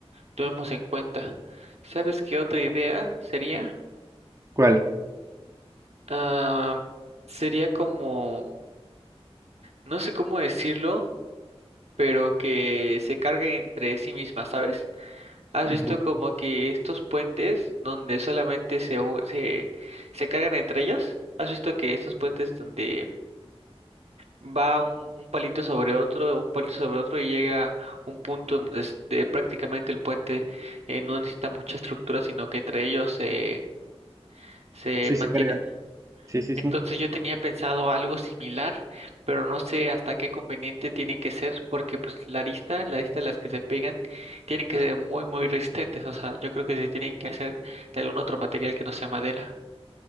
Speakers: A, on the right; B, on the right.
A: tomemos en cuenta. ¿Sabes qué otra idea sería?
B: ¿Cuál?
A: Ah, sería como, no sé cómo decirlo, pero que se cargue entre sí misma, ¿sabes? ¿Has
B: Ujú.
A: visto como que estos puentes donde solamente se, u- se, se cargan entre ellos? ¿Has visto que estos puentes donde va un, un palito sobre otro, un palito sobre otro y llega un punto donde es- de prácticamente el puente eh, no necesita mucha estructura, sino que entre ellos se, se
B: Sí,
A: mantiene?
B: sí, carga. Sí, sí,
A: Entonces
B: sí.
A: yo tenía pensado algo similar, pero no sé hasta qué conveniente tiene que ser, porque pues la arista, la arista de las que se pegan, tienen que ser muy, muy resistentes. O sea, yo creo que se tienen que hacer de algún otro material que no sea madera.